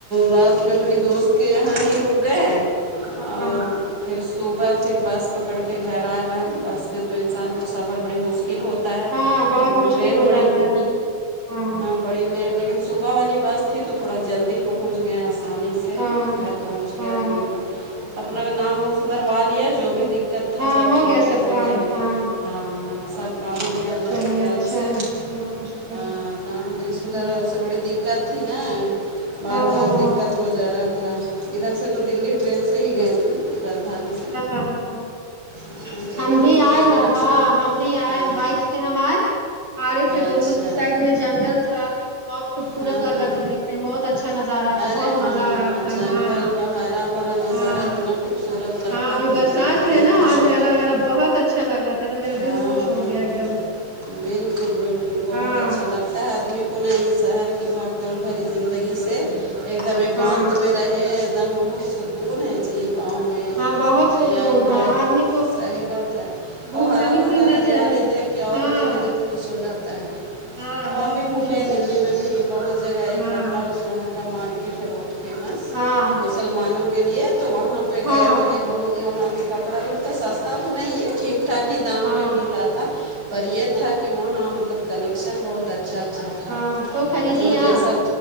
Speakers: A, on the right; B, on the right.
A: رات میں اپنے دوست کے یہاں ہی رک گئے
B: ہاں
A: اور پھر صبح پھر بس پکڑ کے گرا ہے بہن بس میں تو انسان کو سفر بڑی مشکل کل ہوتا ہے
B: ہاں بہت
A: لیکن
B: مشکل
A: ٹرین
B: ہو
A: بڑی
B: جاتا ہے ہاں
A: بڑی لیٹ لیکن صبح والی بس تھی تو تھوڑا جلدی پہنچ گئے آسانی سے
B: ہاں
A: سے گھر پہنچ
B: ہاں
A: کے آدمی کو اپنا کا نام ام س دروا لیا جو بھی دقت تھا
B: ہاں
A: سب
B: ہو
A: ٹھیک
B: گیا
A: ٹھاک
B: سب
A: ہو
B: کام
A: گیا لیکن
B: ہاں
A: <unintelligible> ہاں سب کام ہو گیا اللہ
B: چلیے
A: کے کرم
B: اچھا
A: سے
B: ہے اللہ کا شکر
A: ہاں
B: ہے
A: نام نہیں سدھرا
B: ہ
A: اسے بڑی دقت تھی نا بار
B: ہاں
A: بار
B: ہاں
A: دقت ہو جا رہا تھا ادھر سے تو دلی ٹرین سے سے ہی گئے تھے رادانی سے
B: ہاں ہاں
A: ہاں، تو
B: ہم
A: وہاں
B: بھی
A: دوست
B: آئے نا
A: لوگ
B: ہاں
A: سے
B: ہم بھی آئے
A: ہاں
B: بائک پھر ہم آئے آ رہے تھے
A: اچھا
B: دونوں سائڈ میں جنگل تھا بہت خوبصورت
A: ہاں ہاں
B: لگا تھا دیھکنے میں بہت اچھا اچھا نظارہ تھا
A: ارے
B: بہت
A: ہاں
B: مزہ آ رہا تھا
A: جنگل
B: ہاں
A: کا ہرا بھرا نظارہ
B: ہاں
A: اتنا خوبصورت لگتا
B: ہاں
A: ہے
B: ابھی
A: نا
B: برسات
A: آدمی کا
B: ہے
A: دل
B: نا
A: خوش
B: اور
A: ہو
B: ہرا
A: جاتا ہے
B: ہرا بہت اچھا لگ رہا تھا تو میرا
A: ہاں
B: دل خوش ہو
A: ہاں
B: گیا ایک
A: ہاں
B: دم
A: بلکل بلکل بہت
B: ہاں
A: اچھا لگتا آدمی کو نہیں شہر کی بھاگ دوڑ بھری زندگی سے ایک دم ایکانت
B: ہاں
A: میں رہے ایک دم بہت سکون ہے جی گاؤں میں
B: ہاں بہت سکون
A: یا ادھر
B: ہاں آدمی کو
A: صحیح بات ہے
B: گھومنا
A: اور ہرا
B: ہی
A: بھرا
B: پھرنا
A: ہریالی
B: چاہیے
A: دیکھ کے اور
B: ہاں
A: دل دم خوش ہو جاتا ہے
B: ہاں
A: وہاں
B: بہت
A: بھی
B: خوش
A: گھومے
B: ہو گیا
A: دلی
B: میرا
A: میں
B: دل
A: بھی بہت جگہ ہے ایک
B: ہاں
A: باٹلہ ہاؤس وہاں کا مارکیٹ ہے بہت فیمس
B: ہاں
A: مسلمانوں کے لیے تو وہاں پہ پہ گئے
B: ہاں
A: تھے بہت وہاں بھی کپڑا بھی مطلب سستا تو نہیں ہے ٹھیک ٹھاک ہی دام
B: ہاں
A: پہ مل رہا تھا پر یہ تھا کہ وہاں مطلب کلیکشن بہت بہت اچھا اچھا تھا
B: ہاں تو خریدی
A: جو جیسا
B: آپ